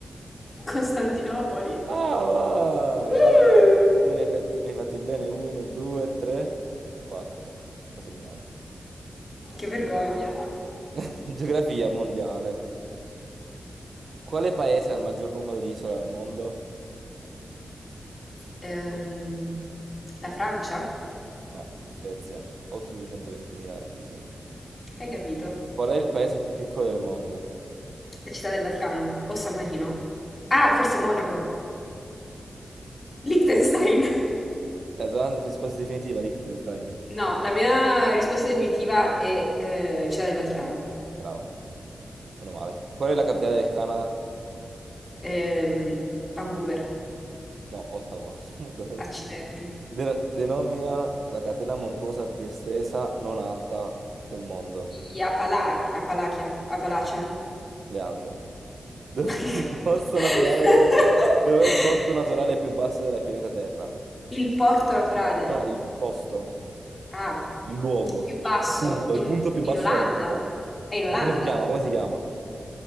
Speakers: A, on the left; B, on the right.
A: Costantinopoli?
B: Ah, va!
A: Mm,
B: Quindi ne hai fatti, ne hai fatti bene 1, 2, 3, 4. Lo segniamo.
A: che vergogna.
B: <laughs> Geografia mondiale. Quale paese ha il maggior numero di isole al mondo?
A: Ehm, la Francia?
B: No, Svezia, oltre 220.000 isole.
A: Hai capito?
B: Qual è il paese più piccolo del mondo?
A: La città del Vaticano? O San Marino? Ah, forse Monaco. Liechtenstein.
B: E la tua risposta definitiva, Liechtenstein.
A: No, la mia risposta definitiva è eh, Città del Vaticano,
B: Brava, meno male. Qual è la capitale del Canada?
A: Ehm, Vancouver,
B: No, Ottawa. <laughs> What the hell?
A: accidenti,
B: De- denomina la catena montuosa più estesa, non alta, del mondo,
A: gli Apala- Apalachia, Appalachian, <laughs>
B: le Ande. <laughs> Dov'è
A: ma che
B: il
A: cazzo?
B: posto naturale?
A: <laughs>
B: Dov'è il posto naturale più basso della pianeta Terra?
A: Il porto naturale,
B: No, il posto.
A: ah,
B: Il luogo,
A: più basso,
B: il punto,
A: in,
B: il punto più
A: in
B: basso
A: Olanda,
B: della Terra.
A: è in
B: No,
A: Olanda,
B: come si chiama? Come si chiama?